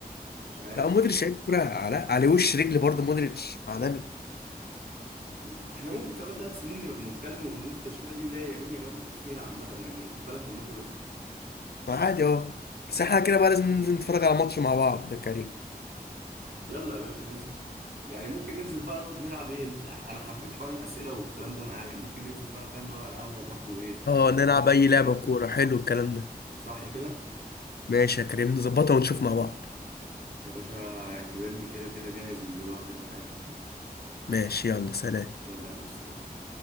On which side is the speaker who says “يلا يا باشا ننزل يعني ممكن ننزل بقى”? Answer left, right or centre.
Right